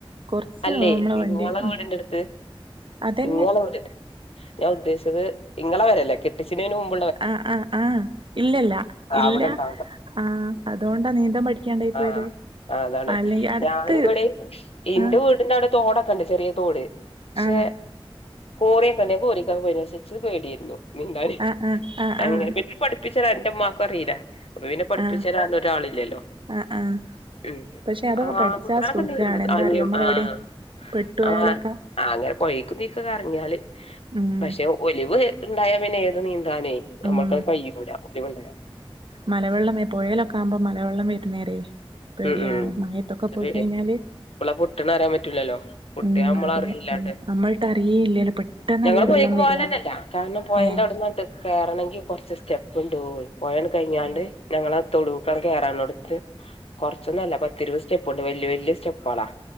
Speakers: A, on the right; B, on the left.
A: കൊറച്ച്
B: അല്ലേയ്
A: നമ്മളെ
B: ഇങ്ങളെ
A: വണ്ടി ഉം
B: വീടിന്റട്ത്ത്
A: അതന്നെ
B: ഇങ്ങളെ വീടിന്റെ ഞാൻ ഉദ്ദേശിച്ചത് ഇങ്ങളെ പെരല്ലേ കെട്ടിച്ചിനന് മുമ്പ്
A: ആഹ് ആഹ് ആഹ് ഇല്ലല്ല
B: ആ,
A: ഇല്ല
B: അവിടെ ഇണ്ടാവൂല
A: ആഹ് അതോണ്ടാ നീന്താൻ പഠിക്കാണ്ടായ്
B: ആഹ്
A: പോയത്.
B: ആഹ് അതാണ്.
A: അല്ലെങ്കി അടുത്ത്
B: ഞാനിവടെ ഇന്റെ
A: ആഹ്
B: വീടിന്റവിടെ തോടൊക്കണ്ട് ചെറിയ തോട്. പക്ഷെ
A: ആഹ്
B: കോറിയൊക്കെണ്ട് കൊറീക്കൊക്കെ പോയീന് പക്ഷേ ഇച്ച് പേടിയാർന്നു നീന്താന്.
A: ആഹ് ആഹ് ആഹ്
B: അങ്ങന
A: ആഹ്
B: പഠിപ്പിച്ചരാൻ ഇന്റെ ഇമ്മാക്കു അറീല, അപ്പൊ പിന്നെ പഠിപ്പിച്ചരാഞ്ഞൊരാളില്ലല്ലോ
A: ആഹ് ആഹ് ആഹ്
B: ഹ്മ്മ് <unintelligible>
A: പക്ഷെ അതൊക്കെ പഠിച്ചാ സുഖാണ് എന്താ
B: ആദ്യം
A: അറിയോ നമ്മളെവിടെ
B: ആഹ്
A: പെട്ടുപോയാലൊക്കെ
B: ആഹ് അങ്ങനെ പോയീക്കും ഇതീക്കൊക്കെ എറങ്ങിയാല്.
A: ഉം
B: പഷേ ഒലിവ് ഇണ്ടായാ പിന്നെ ഏത് നീന്താനെയ്‌ നമ്മൾക്കതു
A: ഉം
B: കഴൂല ഒലിവുണ്ടായാ
A: മലവെള്ളം പുഴയിലൊക്കെ ആവുമ്പോ മലവെള്ളം വരുന്നേരയ് പേടിയാണ്
B: ഉം ഉം
A: മഴത്തൊക്കെ
B: അത്
A: പോയി
B: പേടിയാ
A: കഴിഞ്ഞാല്
B: എപ്പളാ പൊട്ട്ണെ അറിയാൻ ‌ പറ്റൂലല്ലോ പൊട്ടിയ
A: ഉം
B: അമ്മള്
A: അതെ
B: അറിയില്ലണ്ട്
A: ഉം നമ്മൾട്ട് അറിയേയില്ലല്ലോ പെട്ടെന്നല്ലേ
B: ഞങ്ങള് പൊഴേക്ക്
A: വെള്ളം വരിക
B: പോലെന്നെല്ല കാരണം പൊഴന്റെ
A: ഏഹ്
B: അവിട്ന്നൊട്ട്. കേറണെങ്കി കൊറച്ച് സ്റ്റെപ്പുണ്ടോയി പൊഴട് കഴിഞ്ഞാണ്ട്
A: ആഹ്
B: ഞങ്ങളെ തൊടൂക്കട് കേറാണോട്ത്ത് കൊറച്ചൊന്നു അല്ല പത്തി ഇരുപത് സ്റ്റെപ്പ്ണ്ട് വല്യ വല്യ സ്റ്റെപ്പളാ.